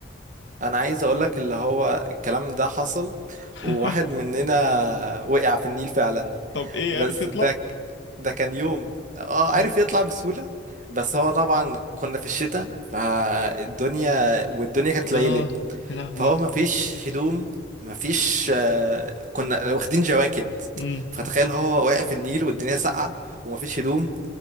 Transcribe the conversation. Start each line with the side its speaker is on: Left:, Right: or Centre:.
Right: عايز أقولك اللي هو الكلام ده حصل
Left: <laughs>
Right: وواحد مننا وقع في النيل فعلا
Left: طب ايه
Right: بس
Left: عارف يطلع؟
Right: ده ك- ده كان يوم اه
Left: مم.
Right: عارف يطلع بسهولة بس هو طبعا كنا في الشتاء فالدنيا والدنيا كانت ليلت
Left: اه يا لهوي
Right: فهو مفيش هدوم مفيش آه، كنا واخدين جواكت
Left: مم.
Right: فتخيل هو واقع في النيل والدنيا ساقعة ومفيش هدوم